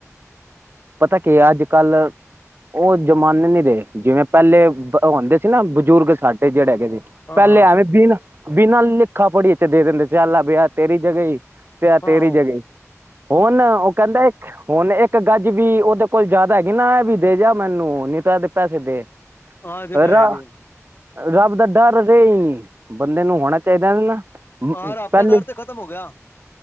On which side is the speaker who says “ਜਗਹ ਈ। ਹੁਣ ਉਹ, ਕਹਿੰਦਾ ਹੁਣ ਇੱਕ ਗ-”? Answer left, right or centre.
Right